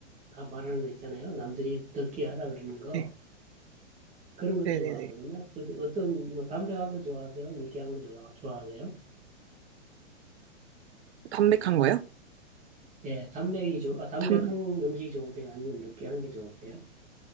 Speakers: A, on the right; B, on the right.
A: 다 말하는 거 있잖아요. 남들이 느끼하다 그러는 거.
B: 네,
A: 그런 거
B: 네네네.
A: 좋아하거든요. 그 어떤 뭐 담백한 거 좋아하세요? 느끼한 거 좋아, 좋아하세요?
B: 담백한 거요?
A: 예, 담백이 좋, 아, 담백한
B: 담,
A: 음식이 좋으세요? 아니면 느끼한 게 좋으세요?